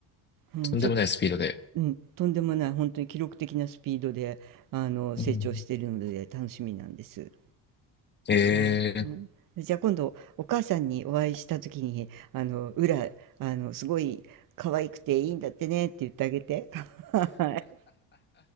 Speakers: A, on the right; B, on the left.
A: う。うん、
B: とんでもないスピードで。
A: ちょっうん、とんでもない、本当に記録的なスピードで、あの、
B: うん。
A: 成長しているので楽しみなんです。
B: え
A: はい。
B: えー。
A: うん。じゃあ今度お母さんにお会いした時に、あの、「裏、あの、すごい可愛くていいんだってね」って言ってあげて。<laughs> はい。